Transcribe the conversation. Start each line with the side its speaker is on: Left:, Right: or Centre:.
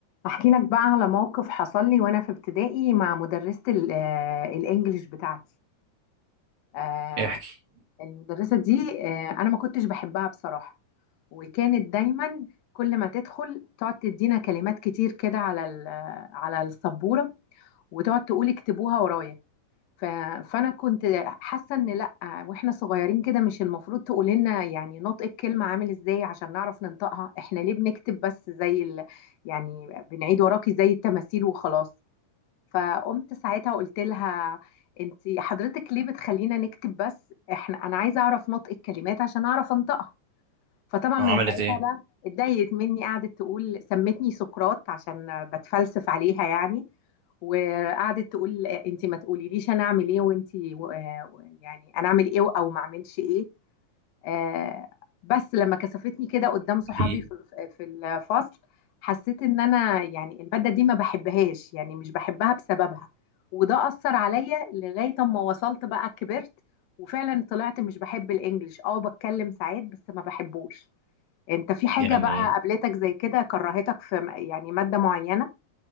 Left: احكي لك بقى على موقف حصل لي وانا في ابتدائي مع مدرسة ال- آه، الانجليش بتاعتي آه،
Right: إيه احكي
Left: المدرسة دي آه، انا ما كنتش بحبها بصراحة وكانت دايما كل ما تدخل تقعد تدينا كلمات كتير كده على ال- آه، على السبورة وتقعد تقول اكتبوها ورايا ف- فانا كنت حاسة ان لا واحنا صغيرين كده مش المفروض تقول لنا يعني نطق الكلمة عامل ازاي عشان نعرف ننطقها احنا ليه بنكتب بس زي ال... يعني بنعيد وراكي زي التماثيل وخلاص فقمت ساعتها قلت لها انت حضرتك ليه بتخلينا نكتب بس احنا انا عايزه اعرف نطق الكلمات عشان اعرف انطقها فطبعا
Right: عملت
Left: من ساعتها
Right: ايه
Left: بقى اتضايقت مني قعدت تقول سمتني سقراط عشان بتفلسف عليها يعني وقعدت تقول انت ما تقوليليش انا اعمل ايه وانت و- و- يعني انا اعمل ايه او ما اعملش ايه آه، بس لما كثفتني كده قدام صحابي
Right: دي
Left: في في الفصل حسيت ان انا يعني المادة دي ما بحبهاش يعني مش بحبها بسببها وده أثر عليا لغاية اما وصلت بقى كبرت وفعلا طلعت مش بحب الانجليش اه بتكلم ساعات بس ما بحبوش انت في حاجة
Right: يعني
Left: بقى قابلتك زي كده كرهتك في م- يعني مادة معينة